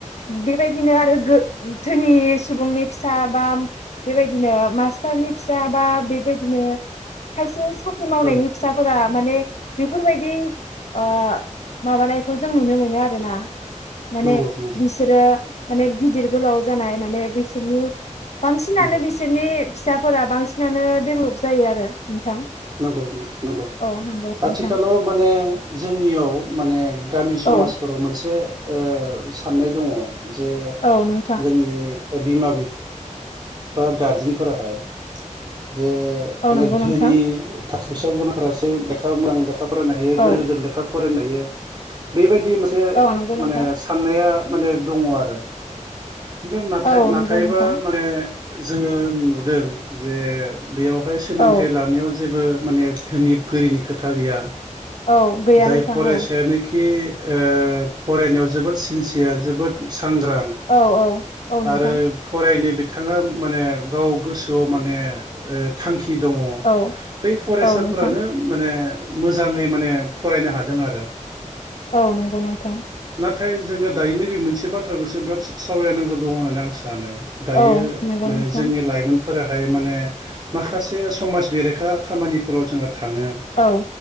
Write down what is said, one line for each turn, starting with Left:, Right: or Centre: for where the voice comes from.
Left: बेबायदिनो आरो गो धोनि सुबुंनि फिसा बा बेबायदिनो मास्टारनि फिसा बा बेबायदिनो खायसे साख्रि मावनायनि
Right: औ
Left: फिसाफोरा माने बेफोरबायदि आ माबानायखौ जों नुनो मोनो आरोना। माने
Right: नंगौ नंगौ
Left: बिसोरो माने गिदिर गोलाव जानाय माने बिस सोरनि बांसिनानो
Right: नंगौ
Left: बिसोरनि फिसाफोरा बांसिनानो डेभलप जायो आरो। नोंथां
Right: नंगौ नोंथां नंगौ।
Left: औ नंगौ नोंथां
Right: आथिखालाव माने जोंनियाव माने गामि समाजफोराव
Left: औ
Right: मोनसे ओ साननाय दङ। जे
Left: औ नोंथां
Right: जोंनि ओह बिमा बिफ फा गारजेनफोराहाय जे
Left: औ
Right: माने
Left: नंगौ
Right: धोनि
Left: नोंथां
Right: थाखा फैसा गोनांफोरासो लेखा मोजां लेखा फरायनो हायो।
Left: औ
Right: गोदोर गोदोर लेखा फरायनो हायो। बेबायदि मोनसे
Left: औ नंगौ
Right: माने
Left: नोंथां
Right: साननाया माने दङ आरो खिन्थु नाथाय-नाथायबा
Left: औ नंगौ नोंथां
Right: माने जोङो नुदों जे बेयावहाय सोलोंथाइ
Left: औ
Right: लानायाव जेबो माने धोनिब गोरिनि खोथा गैया।
Left: औ गैया
Right: जाय
Left: नोंथां
Right: फरायसायानोखि
Left: औ
Right: ओ फरायनायाव जोबोद सिनसियार जोबोद सांग्रां
Left: औ औ नोंथां
Right: आरो फरायनो बिथाङा माने गाव गोसोआव माने ओ थांखि दङ।
Left: औ
Right: बै फरायसाफोरानो
Left: औ नोंथां
Right: माने मोजाङै माने फरायनो हादों आरो।
Left: औ नंगौ नोंथां।
Right: थै जोङो दायो नैबे मोनसे बाथ्राखौसो बिराद सा-सावरायनांगौ दङो होननानै आं सा सानो। दायो
Left: औ नंगौ
Right: माने
Left: नोंथां
Right: जोंनि लाइमोन फोराहाय माने माखासे समाज बेरेखा खामानिफोराव जोङो थाङो
Left: औ